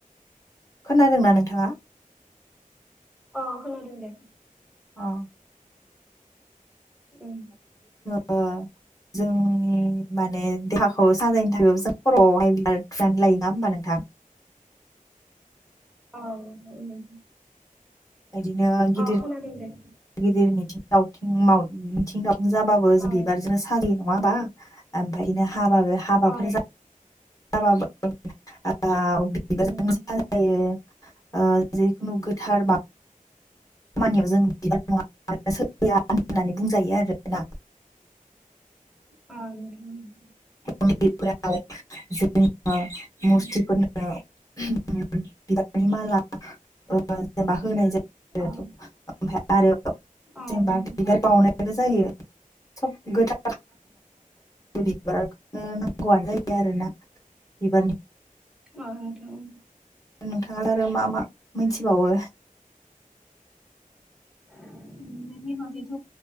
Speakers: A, on the left; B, in the centre.
A: खोनादोंना नोंथांङा
B: अ खोनादों दे
A: अ
B: उम
A: ओ जोंनि माने देहाखौ साजायनो थाखायबो जों खर'आवहाय बिबार थुनानै लायो नंङा होमबा नोंथां
B: औ नोंथां नंगौ
A: बिदिनो गिदिर
B: अ खोनादों दे
A: गिदिर मिथिं दावथिं याव मिथिं दाव जाबाबो
B: औ
A: बिबारजों साजायो नंङा होमबा ओमफ्रायनो हाबाबो हाबाफोर
B: औ
A: जाबा <unintelligible>
B: नोंथां
A: खुनु गोथार मा खामानियाव जों बिबार नंङाब्लानो सोलिया होननानै बुंजायो आरोना
B: <unintelligible>
A: मन्दिरफोराव जों मुरथिफोरनो
B: उम
A: बिबारनि माला ओ जेनेबा होनाय जायो।
B: औ नोंथां औ
A: ओमफ्राय आरो
B: औ
A: जेनेबा
B: नोंथां
A: बिबार बावउनायबो जायो। सब गोथार <unintelligible> नो नांगौआनो जायो आरोना बिबारनि
B: औ नोंथां।
A: नोंथाङा आरो मा मा मिन्थिबावो?
B: <inaudible> बिबारनि बागैथ'